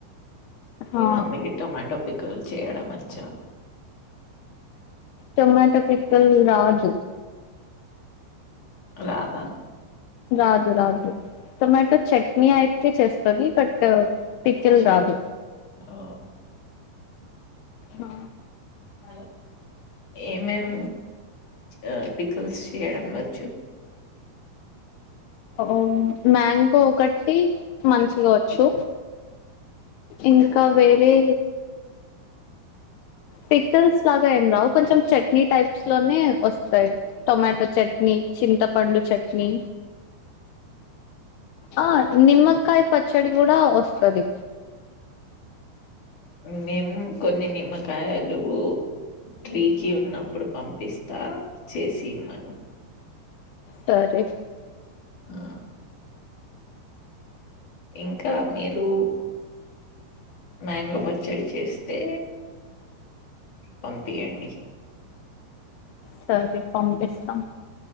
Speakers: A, on the left; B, on the left.
A: మీ
B: ఆ
A: మమ్మీకి టొమాటో పికల్ చేయడం వచ్చా
B: టొమాటో పికిల్
A: విష్ణు
B: రాదు
A: <inaudible> రాధా
B: రాదు రాదు టొమాటో చట్నీ అయితే చేస్తది బట్ పికిల్
A: చెట్
B: రాదు
A: ఆ
B: ఆ
A: అలో ఏమేం ఆ పికుల్స్ చేయడం వచ్చు
B: ఓ మ్యాంగో ఒకత్ టీ మంచిగా వచ్చు ఇంకా వే ఏమీ పికిల్స్ లాగా ఏం రావు కొంచెం చెట్ ఇ టైప్స్ లోనే వస్ టొమాటో చట్ మీ చింతపండు చెట్ ని ఆ నిమ్మకాయ పచ్ పచ్చడి కూడా వస్తది
A: మేము కొన్ని నిమ్మకాయలు ట్రీకిి ఉన్నప్పుడు పంపిస్తా చేసి మనం
B: సరే
A: ఆ ఇంకా మీరు మ్యాంగో పచ్చడి చేస్తే పంపియండి
B: సరే పంపిస్తా